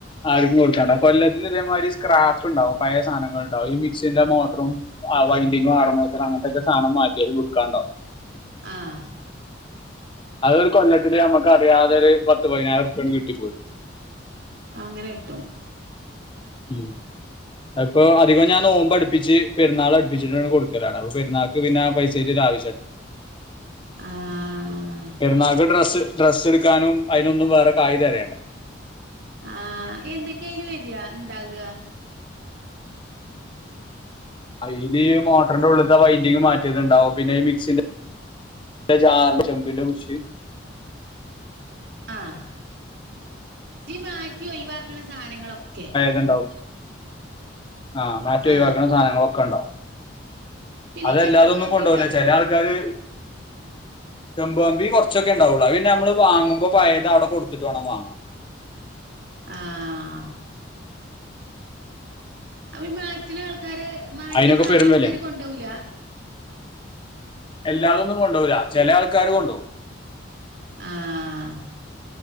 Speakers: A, on the left; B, on the right.
A: ആർക്കും കൊടുക്കുണ്ടാവും കൊല്ലത്തിൽ ഇതേമാതിരി സ്ക്രാഫ്റ്റ് ഉണ്ടാവും പഴയ സാധനങ്ങ ൾ ഈ മിക്സിന്റെ മോട്ടറും വൈൻിംഗും ആരമയത്ര അങ്ങനത്തെക്കെ സാധനം മാറ്റിയൽ വിക്കാന്ണ്ടാവും.
B: ആഹ്
A: അതൊരു കൊല്ലത്തിൽ നമുക്ക് അറിയാതെ ഒരു പത്തു പതിനായിരംഉർപ്പ കിട്ടിപ്പോരും.
B: അങ്ങനെ കിട്ടൊ?
A: ഉം അപ്പൊ അധികം ഞാൻ നോമ്പ് അടുപ്പിച്ച് പെരുന്നാൾ അടുപ്പിച്ചിട്ട് കൊടുക്കലാണ് അപ്പൊ പെരുന്നാൾ ക്ക് പിന്നെ ആഹ് പൈസയ്ത്ത് പിന്നെ ഒര് ആവശ്യംഇല്ല.
B: ആഹ്
A: പെരുന്നാൾക്ക് ഡ്രസ്സ് ഡ്രസ്സ് എടുക്കാനും അയിനൊന്നും വേറെ കായി തരയണ്ടാ.
B: ആഹ് എന്തൊക്കെയ്ന്ന് വരെയാ ഇണ്ടാക്കാ.
A: അയ്ന് ഈ മോട്ടറിന്റെ ഉള്ളിലത്തെ വൈഡിങ് മാറ്റിയത്ണ്ടാവും പിന്നെഈ മിക്സിന്റെ ന്റെ ചാറും ചെമ്പിന്നെ ഉഷ്.
B: ആഹ് ഈ മാറ്റി ഒഴിവാക്ക്ണ സാനങ്ങളൊക്കെ?
A: ത്ണ്ടാവും. ആഹ് മാറ്റൊഴിവാക്കുന്ന
B: ആ
A: സാധങ്ങള് ഒക്കെ ഉണ്ടാവും.
B: പിന്നെ
A: അതല്ലാരോന്നും
B: ഈ ചെമ്പ് കമ്പി
A: കൊണ്ടോവൂല്ല
B: ഉണ്ടാവോ
A: ചെല ആൾക്കാര്. ചെമ്പുപാൻപിങ് കുറച്ചൊക്കെ ഉണ്ടാവുള്ളൂ പിന്ന നമ്മള് വാങ്ങുമ്പോ പയത് അടെ കൊടുത്തിട്ട് വേണം വാങ്ങാ.
B: ആഹ് അപ്പൊ ഈ പാക്കി ആൾക്കാര് മാറ്റിയ
A: അതിനൊക്കെ
B: സാധനം
A: പെരും
B: ആൾക്കാര്
A: വെലയാ
B: കൊണ്ടാവൂല.
A: എല്ലാരോന്നും കൊണ്ടോവൂല്ല ചെല ആൾക്കാര് കൊണ്ടവും.
B: ആഹ്